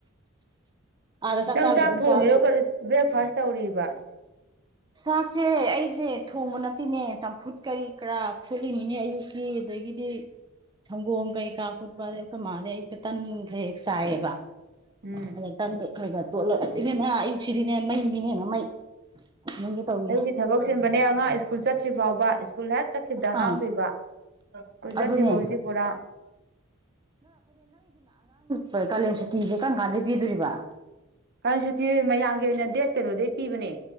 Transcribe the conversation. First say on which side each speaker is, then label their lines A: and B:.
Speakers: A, on the right; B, on the right.
A: ꯑꯥꯗ
B: ꯅꯪ
A: ꯆꯥꯔꯨꯁꯤ
B: ꯆꯥꯛ
A: ꯑꯗꯨꯝ
B: ꯊꯣꯡꯉꯤꯔꯣ
A: ꯆꯥꯔꯨꯁꯤ
B: ꯀ ꯕ꯭ꯔꯦꯛꯐꯥꯁ ꯇꯧꯔꯤꯕ ꯋꯥ
A: ꯆꯥꯛꯁꯦ ꯑꯩꯁꯦ ꯊꯣꯡꯕ ꯅꯠꯇꯦꯅꯦ ꯆꯝꯐꯨꯠ ꯀꯔꯤ ꯀꯔꯥ ꯐꯣꯠꯂꯤꯅꯤꯅꯦ ꯑꯌꯨꯛꯀꯤ ꯑꯗꯒꯤꯗꯤ ꯊꯪꯒꯣꯣꯡ ꯀꯩ ꯀꯥꯄꯠꯕꯦ ꯀꯃꯔꯦ ꯇꯅꯤ ꯍꯥꯏꯩꯌꯦ ꯁꯥꯦꯕ
B: ꯎꯝ
A: ꯑꯗ ꯇꯟ ꯍꯒ ꯇꯣꯠꯂꯁꯤꯅꯦꯅꯦ ꯑꯌꯨꯛꯁꯤꯗꯤꯅꯦ ꯃꯩꯅꯤꯅꯦꯅ ꯃꯩ ꯅꯪꯒꯤ ꯇꯧꯔꯤꯁꯦ
B: ꯑꯗꯨꯒꯤ ꯊꯕꯛ ꯁꯤꯟꯕꯅꯦ ꯑꯉꯥꯡ ꯁ꯭ꯀꯨꯜ ꯆꯠꯇ꯭ꯔꯤ ꯐꯥꯎꯕ ꯋꯥ ꯁ꯭ꯀꯨꯜ ꯍ ꯆꯠꯈꯤꯕꯗ
A: ꯑꯥ
B: ꯍꯥꯡꯗꯣꯏꯕ ꯁ꯭ꯀꯨꯜ ꯆꯠꯇ꯭ꯔꯤꯕ
A: ꯑꯗꯨꯅꯦ
B: ꯍꯧꯖꯤꯤ ꯄꯨꯔꯥ
A: ꯍꯣꯏ ꯀꯥꯂꯦꯟꯁꯨ ꯇꯤꯤꯁꯦ ꯀꯔꯝ ꯀꯥꯟꯗꯩ ꯄꯤꯗꯣꯔꯤꯕ
B: ꯀꯔ ꯁꯇꯤ ꯃꯌꯥꯝꯒꯤ ꯑꯣꯏꯅ ꯗꯦꯠ ꯀꯩꯅꯣꯗꯩ ꯄꯤꯕꯅꯦ